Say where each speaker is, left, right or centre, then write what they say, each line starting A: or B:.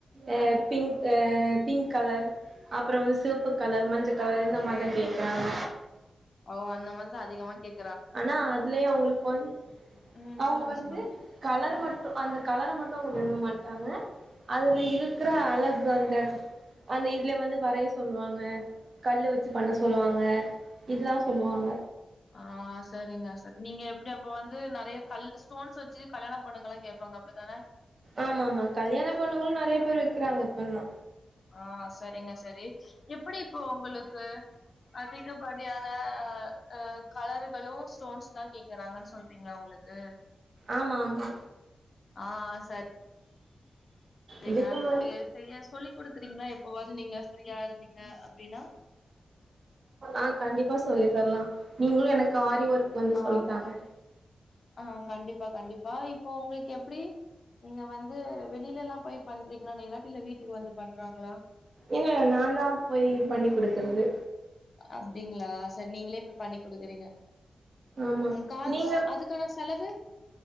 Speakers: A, on the right; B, on the left.
A: ஏ பிங்க் அ பிங்க் கலர் அப்புற வந்து சிவப்பு கலர் மஞ்சக் கலர் இந்த மாறிதா கேக்கறாங்க
B: ஓ அந்த மனுசன் அதிகமா கேக்
A: ஆனா அதுலயு அவங்களுக்கு வந்
B: ம்
A: அவுங்க
B: சொல்லுங்க
A: வந்து
B: சொல்லுங்க
A: கலர் மட்டு அந்த கலர மட்டும் அவுங்க விரும்ப மாட்டாங்க அதுல இருக்குற அழகு அந்த அந்த இதுல வந்து வரைய சொல்லுவாங்க கல்லு வச்சு பண்ண சொல்லுவாங்க இதுதா சொல்லுவாங்க
B: ஆ சரிங்க சரி நீங்க எப்டி அப்ப வந்து நெறைய கல்லு ஸ்டோன்ஸ் வச்சி கல்யாணப் பொண்ணுங்கல்லா கேப் பாங்க அப்டித்தான
A: ஆமா ஆமா கல்யாண பொண்ணுங்களு நெறைய பேர் வைக்கிறாங்க இப்பல்லா
B: ஆ சரிங்க சரி எப்டி இப்போ உங்களுக்கு அதிகப்படியான ஆ கலர்களு ஸ்டோன்ஸ்தா கேக்குறாங்கன்னு சொல்றீங்களா உங்களு க்கு
A: ஆமா ஆமா
B: ஆ ச ரிங்க
A: இதுக்கு முன்னாடி
B: ஏ சரியா சொல்லிக் குடுக்குறீங்களா எப்பவாது நீங்க ஃப்ரீயா இருந்தீங்க அப்டின்னா
A: ஆ கண்டிப்பா சொல்லி தரலா நீங்களு எனக்கு ஆரி ஒர்க் வந்து
B: ஆ
A: சொல்லித்தாங்க
B: ஆ கண்டிப்பா கண்டிப்பா இப்போ உங்களுக்கு எப்டி நீங்க வந்து வெளில எல்லா போய் பண்றீங்களா இல்லாட்டி இல்ல வீட்டுக்கு வந்து பண்றாங்களா
A: இல்ல இல்ல நா தா போய் பண்ணி குடுக்குறது
B: அப்டிங்களா சரி நீங்களே இப்ப பண்ணி குடுக்குறீங்க
A: ஆமா
B: ம் காசு
A: நீங்க
B: இதுக்கான செலவு